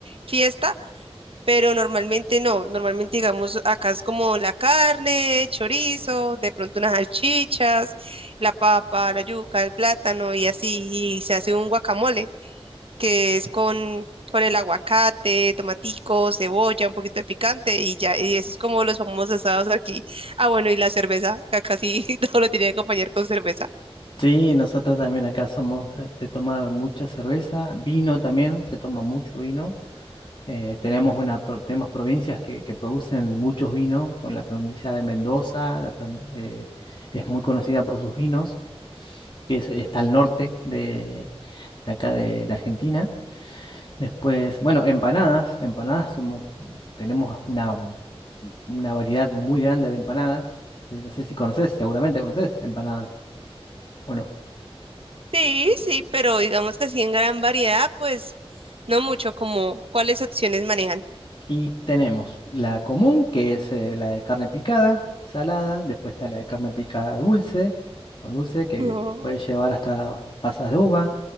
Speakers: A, on the right; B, on the left.
A: fiesta, pero normalmente no, normalmente digamos acá es como la carne, chorizo, de pronto unas salchichas, la papa, la yuca, el plátano y así, y se hace un guacamole que es con, con el aguacate, tomaticos, cebolla, un poquito de picante y ya, y eso es como los famosos asados aquí. Ah, bueno, y la cerveza, que acá sí <laughs> todo lo tiene que acompañar con cerveza.
B: Sí, nosotros también acá somos eh, de tomar mucha cerveza, vino también, se toma mucho vino. Eh, tenemos, una, pro- tenemos provincias que, que producen muchos vinos, con la provincia de Mendoza, la pro- eh, es muy conocida por sus vinos, que es- está al norte de, de acá de, de Argentina. Después, bueno, empanadas, empanadas somos, tenemos una, una variedad muy grande de empanadas. Eh, No sé si conoces, seguramente conoces empanadas o no.
A: Sí, sí, pero digamos que así en gran variedad, pues no mucho, como cuáles opciones manejan.
B: Y tenemos la común, que es eh, la de carne picada, salada, después está la de carne picada dulce, con dulce, que
A: No.
B: puede llevar hasta pasas de uva.